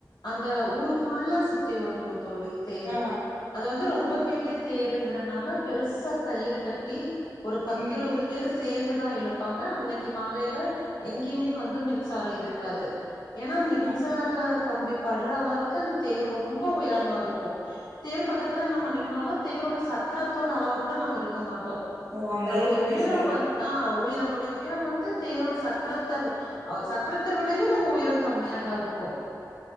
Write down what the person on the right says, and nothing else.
ஆ
ம்
ஆஹா
ஓ அந்த
அளவுக்கு பெருசா
இருக்கு